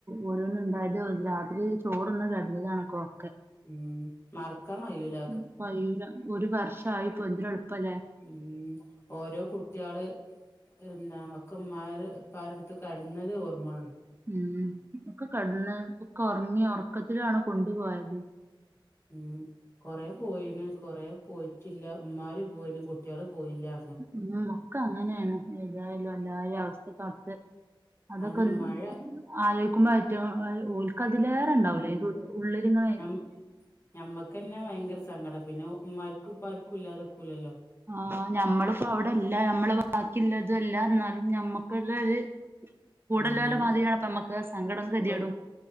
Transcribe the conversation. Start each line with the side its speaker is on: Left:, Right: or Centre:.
Right: ഓരോന്നുണ്ടായത് ഒര് രാത്രി ചോറ്ന്ന് കെട്ന്നതാണ് കൊക്കെ.
Left: ഉം മർ ക്കാം കയൂല്ല.
Right: ഉം കയ്യൂല ഒര് വർഷായി പ്പോ എന്തര് എള്പ്പലേ.
Left: ഉം ഓരോ കുട്ട്യാള് എന്താണ് ഒക്ക ഉമ്മാര് ഉപ്പാ രെട്ത്ത് കട്ന്നതെ ഓർമ്മൊള്ളൂ.
Right: ഉം ഒക്ക കട്ന്ന് ഒക്ക ഒർങ്ങി ഒർക്കത്തിലാണ് കൊണ്ട്പോയത്.
Left: ഉം കൊറെ പോയ്ണ് കൊറെ പോയ്ട്ടില്ല ഉമ്മാര് പോയ്ണ് കുട്ട്യേള് പോയില്ലാ.
Right: ഉം ഒക്ക അങ്ങനേണ് ഏതായാലും എല്ലാരി അവസ്ഥക്കട്ത്ത് അതൊക്കന്ന്
Left: അന്നെ മഴ
Right: ആലോയ്ക്കുമ്പള് ഏറ്റവും ഓൽ ഓൽക്കതിലേ ക്കൊണ്ടാവൂലെ
Left: ഉം
Right: ഇത് ഉള്ള്ല്ങ്ങണെ
Left: ഞ ഞമ്മക്കന്നെ വയ്ങ്കര സങ്കടം പിന്നെ ഉമ്മാര്ക്കും ഉപ്പാര്ക്കും ഇല്ലാതെക്കൂലല്ലോ.
Right: ആഹ് ഞമ്മളിപ്പോ അവിടല്ല ഞമ്മള് ബാക്കില്ലതു അല്ല ഇന്നാലും ഞമ്മക്ക്‌ള്ളൊര്, കൂടല്ലോല
Left: ഉം
Right: മാതിരിയാണ് ഇപ്പ മ്മക്കാ സങ്കടം കെത്യേടും.
Left: ഒരു